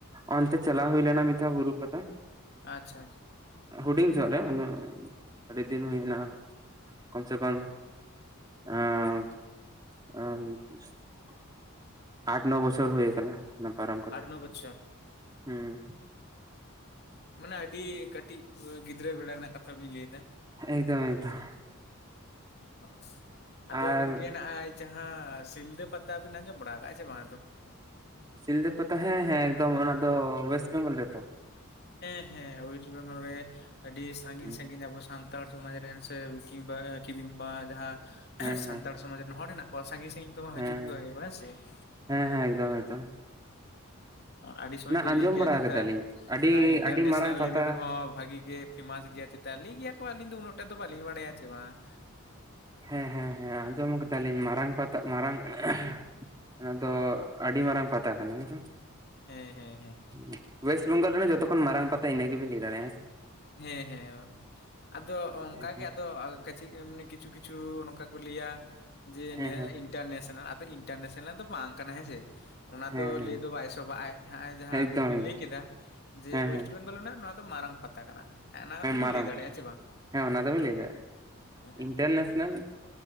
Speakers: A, on the right; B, on the left.
A: ᱚᱱᱛᱮ ᱪᱟᱞᱟᱣ ᱦᱩᱭ ᱞᱮᱱᱟ ᱢᱤᱫᱷᱟ ᱵᱩᱨᱩ ᱯᱟᱛᱟ᱾
B: ᱟᱪᱪᱷᱟ ᱟᱪᱷᱟ᱾
A: ᱦᱩᱰᱤᱧ ᱡᱚᱦᱚᱜ ᱨᱮ ᱩᱱᱟᱹᱜ ᱟᱹᱰᱤ ᱫᱤᱱ ᱦᱩᱭᱱᱟ᱾ <unintelligible> ᱟᱴ ᱱᱚ ᱵᱚᱪᱷᱚᱨ ᱦᱩᱭ ᱟᱠᱟᱱᱟ ᱚᱱᱟ ᱯᱟᱨᱚᱢ ᱠᱟᱛᱮ,
B: ᱟᱴ ᱱᱚ ᱵᱚᱪᱷᱚᱨ
A: ᱦᱩᱸ᱾
B: ᱢᱟᱱᱮ ᱟᱹᱰᱤ ᱠᱟᱹᱴᱤᱡ ᱜᱤᱫᱽᱨᱟᱹ ᱵᱮᱲᱟ ᱨᱮᱱᱟᱜ ᱠᱟᱛ ᱠᱟᱛᱷᱟ ᱵᱤᱱ ᱞᱟᱹᱭᱫᱟ
A: ᱮᱠᱫᱚᱢ ᱮᱠᱫᱚᱢ
B: <inaudible> ᱚᱻ ᱟᱫᱚ
A: ᱟᱨ
B: ᱜᱚᱢᱠᱮ ᱱᱟᱜᱼᱟᱭ ᱡᱟᱦᱟᱸ ᱥᱤᱞᱫᱟᱹ ᱯᱟᱛᱟ ᱵᱤᱱ ᱟᱸᱡᱚᱢ ᱵᱟᱲᱟ ᱠᱟᱜᱼᱟ ᱥᱮ ᱵᱟᱝ ᱟᱫᱚ?
A: ᱥᱤᱞᱫᱟᱹ ᱯᱟᱛᱟ ᱦᱮᱸ ᱦᱮᱸ ᱮᱠᱫᱚᱢ ᱚᱱᱟ ᱫᱚ ᱚᱭᱮᱥᱴ ᱵᱮᱝᱜᱚᱞ ᱨᱮᱛᱚ?
B: ᱦᱮᱸ ᱦᱮᱸ ᱚᱭᱮᱥᱴ ᱵᱮᱝᱜᱚᱞ ᱨᱮ ᱟᱹᱰᱤ ᱥᱟᱺᱜᱤᱧ
A: ᱦᱮᱸ
B: ᱥᱟᱺᱜᱤᱧ ᱟᱵᱚ ᱥᱟᱱ ᱛᱟᱲ ᱥᱚᱢᱟᱡ ᱨᱮᱱ ᱥᱮ ᱠᱤᱵᱟ ᱠᱤᱵᱤᱢᱵᱟ ᱡᱟᱦᱟᱸ
A: ᱦᱮᱸ
B: <unintelligible>
A: ᱦᱮᱸ
B: ᱥᱟᱱᱛᱟᱲ ᱥᱚᱢᱟᱡ ᱨᱮᱱ ᱦᱚᱲ ᱦᱮᱱᱟᱜ ᱠᱚ ᱥᱟᱺᱜᱤᱧ ᱥᱟᱺᱜᱤᱧ ᱦᱚᱸ
A: ᱦᱮᱸ
B: ᱦᱤᱡᱩᱜ <unintelligible> ᱦᱮᱸᱥᱮ ᱾
A: ᱦᱮᱸ ᱦᱮᱸ ᱮᱠᱫᱚᱢ ᱮᱠᱫᱚᱢ ᱾
B: ᱟᱹᱰᱤ ᱥᱚᱢᱚᱭ ᱠᱚ
A: ᱟᱸᱡᱚᱢ
B: ᱞᱟᱹᱭ ᱜᱮᱭᱟ
A: ᱵᱟᱲᱟ
B: ᱡᱮᱴᱟ
A: ᱠᱟᱫᱟᱞᱤᱧ ᱟᱹᱰᱤ
B: ᱮᱸ ᱤᱱᱴᱟᱨᱱᱮᱥᱱᱮᱞ
A: ᱟᱹᱰᱤ ᱢᱟᱨᱟᱝ ᱯᱟᱛᱟ
B: ᱞᱮᱵᱮᱞ ᱨᱮᱦᱚᱸ ᱵᱷᱟᱜᱤ ᱜᱮ ᱯᱷᱮᱢᱟᱥ ᱜᱮᱭᱟ ᱪᱮᱛᱟ ᱞᱮᱭ ᱜᱮᱭᱟ ᱠᱚ ᱟᱹᱞᱤᱧ ᱫᱚ ᱩᱱᱟᱹᱜᱴᱟᱜ ᱫᱚ ᱵᱟᱹᱞᱤᱧ ᱵᱟᱲᱟᱭᱟ ᱪᱮ ᱵᱟ ᱾
A: ᱦᱮᱸ ᱦᱮᱸ ᱦᱮᱸ ᱟᱸᱡᱚᱢ ᱠᱟᱫᱟᱞᱤᱧ ᱢᱟᱨᱟᱝ ᱯᱟᱛᱟ ᱢᱟᱨᱟᱝ <unintelligible> ᱚᱱᱟ ᱫᱚ ᱟᱹᱰᱤ ᱢᱟᱨᱟᱝ ᱯᱟᱛᱟ ᱠᱟᱱᱟ ᱦᱮᱸᱥᱮ?
B: ᱦᱮᱸ ᱦᱮᱸ ᱦᱮᱸ,
A: <inaudible> ᱚᱭᱮᱥᱴ ᱵᱮᱝᱜᱚᱞ ᱨᱮᱱ ᱡᱚᱛᱚ ᱠᱷᱚᱱ ᱢᱟᱨᱟᱝ ᱯᱟᱛᱟ ᱤᱱᱟᱹ ᱜᱮᱵᱤᱱ ᱞᱮᱭ ᱫᱟᱲᱮᱭᱟᱜᱼᱟ ᱦᱮᱸ ᱥᱮ ᱾
B: ᱦᱮᱸ ᱦᱮᱸ ᱟᱫᱚ ᱚᱱᱠᱟ
A: ᱦᱮᱸ
B: ᱜᱮ ᱟᱫᱚ ᱾ <unintelligible> ᱮᱢᱱᱤ ᱠᱤᱪᱷᱩ ᱠᱤᱪᱷᱩ ᱱᱚᱝᱠᱟ ᱠᱚ ᱞᱟᱹᱭᱟ ᱡᱮ
A: ᱦᱮᱸ
B: ᱱᱮ
A: ᱦᱮᱸ
B: ᱤᱱᱴᱟᱨᱱᱮᱥᱱᱮᱞ ᱟᱫᱚ ᱤᱱᱴᱟᱨᱱᱮᱥᱱᱮᱞ ᱫᱚ ᱵᱟᱝ ᱠᱟᱱᱟ ᱦᱮᱸ ᱡᱮ ᱾ ᱚᱱᱟ
A: ᱦᱮᱸ
B: ᱫᱚ
A: ᱦᱮᱸ
B: ᱞᱮᱭ ᱫᱚ ᱵᱟᱭ ᱥᱚᱵᱟᱟᱭ ᱦᱟᱸᱜᱼᱟᱭ ᱡᱟᱦᱟᱸ ᱟᱹᱵᱤᱱ
A: ᱮᱠᱫᱚᱢ
B: ᱵᱤᱱ
A: ᱮᱠᱫᱚᱢ
B: ᱞᱮᱭ ᱠᱮᱫᱟ ᱡᱮ
A: ᱦᱮᱸ
B: ᱚᱭᱮᱥᱴ
A: ᱦᱮᱸ
B: ᱵᱮᱝᱜᱚᱞ ᱨᱮᱱᱟᱜ ᱱᱚᱣᱟ ᱫᱚ ᱢᱟᱨᱟᱝ ᱯᱟᱛᱟ ᱠᱟᱱᱟ ᱾ ᱦᱮᱸ ᱱᱟ ᱫᱚᱵᱤᱱ
A: ᱢᱟᱨᱟᱝ
B: ᱞᱮᱭ ᱫᱟᱲᱮᱭᱟᱜᱼᱟ
A: ᱯᱟᱛᱟ
B: ᱥᱮ ᱵᱟᱝ
A: ᱦᱮᱸ ᱚᱱᱟ ᱫᱚᱵᱤᱱ ᱞᱟᱹᱭ ᱫᱟ
B: ᱦᱮᱸ
A: ᱤᱱᱴᱟᱨᱱᱮᱥᱱᱮᱞ
B: ᱦᱮᱸ ᱾